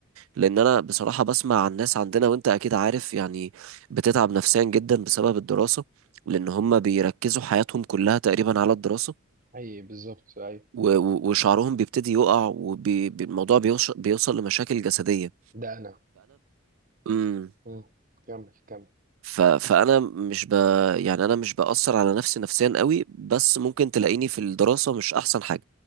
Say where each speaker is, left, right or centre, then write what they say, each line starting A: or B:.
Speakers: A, on the right; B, on the right.
A: لأن أنا بصراحة بسمع عن ناس عندنا وأنت أكيد عارف يعني بتتعب نفسيا جدا بسبب الدراسة لأن هم بيركزوا حياتهم كلها تقريبا على الدراسة
B: اي بالظبط اي
A: و- و- وشعرهم بيبتدي يقع والموضوع بيوصل لمشاكل جسدية
B: ده انا
A: فأنا
B: مم. كمل كمل
A: ف... فانا مش ب... يعني انا مش باثر على نفسي نفسيا قوي بس ممكن تلاقيني في الدراسه مش احسن حاجه